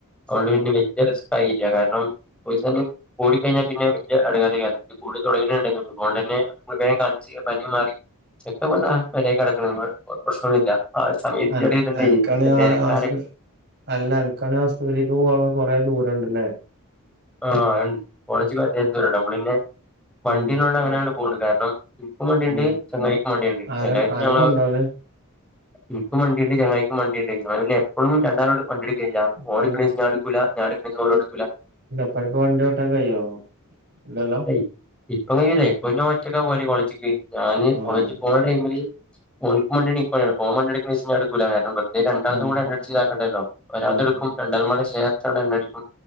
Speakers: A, in the centre; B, on the right (about 50°).
A: അതോണ്ട്
B: ആഹ്
A: പിന്നെ വല്ല്യ റിസ്കായില്ല കാരണം പൈസൊക്കെ കൂടിക്കഴിഞ്ഞാ പിന്നെ വല്ല്യ എടങ്ങാറയ്ക്കാരം കൂടി തൊടങ്ങീട്ടിണ്ട് അതോണ്ടന്നെ വേകം കാണ്ച്ച് പനി മാറി ചെക്കപ്പതാ പെരേ കെടക്ക്ണു പ്രശ്‌നൊന്നുല്ല ആ സമയത്ത്
B: അന
A: ചെറിയേത്ണ്ടായിന്
B: അനക്കാണെ
A: പിന്നെ പെരക്കാരെ
B: ആശു അല്ല അൻക്കാണെ ആശ്പത്രീക്ക് പോവാൻ കൊറെേ ദൂരണ്ട്ലേ
A: ആഹ് അത്ണ്ട് കോളേജ് ക്ക് അത്യാവശ്യം കുറെ ദൂരണ്ട് നമ്മളിന്നെ വണ്ടിള്ളോണ്ടങ്ങനാണ്ട്
B: ഉം
A: പോക്ണ്ട് കാരണം ഇൻക്കും വണ്ടിണ്ട്
B: ഉം
A: ചെങ്ങായിക്കും വണ്ടിണ്ട്
B: ആര
A: എല്ലായിസും
B: ആര
A: ഞങ്ങള്
B: കൊണ്ടോവല്
A: ഇൻക്കും വണ്ടിണ്ട് ചെങ്ങായിക്കും വണ്ടിണ്ട് ഞങ്ങള് പിന്നെപ്പളും രണ്ടാളൂടി വണ്ടിട് ക്കല്യ
B: ഇപ്പന്
A: ഓൻ ഇട്ക്ക്ണീസം ഞാൻ ഇട്‌ക്കൂല ഞാൻ ഇട്ക്ക്ണീസം ഓനുട്ക്കൂല
B: ഇപ്പൻക്ക് വണ്ട്യോട്ടാൻ കയ്യോ ഇല്ലല്ലോ?
A: ഇ ഇപ്പൊ കയ്യൂലെയ് ഇപ്പൊ ഞാൻ ഒറ്റക്കാ പോല് കോളേജ്ക്ക് ഞാന്
B: ആഹ്
A: കോളേജ് പോയ ടൈമില് ഇപ്പോൻക്കും വണ്ടിണ്ട് ഇക്കും വണ്ടിണ്ട് അപ്പോൻ വണ്ടിട്ക്ക്ണീസം ഞാൻ ഇട്ക്കൂല കാരണം വെറ്തെ രണ്ടാൾതും
B: ഉം
A: കൂടെഎണ്ണടിച്ച്താക്കണ്ടല്ലോ ഒരാൾത്ട്ക്കും
B: ഉം
A: രണ്ടാളുംപാടെ ഷെയറ്ട്ട്കാണ്ട് എണ്ണടിക്കും